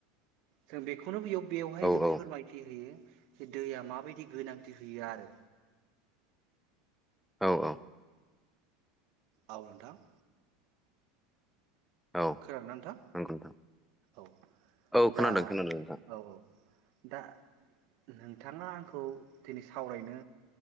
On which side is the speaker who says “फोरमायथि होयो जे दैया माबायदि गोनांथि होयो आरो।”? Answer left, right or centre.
Right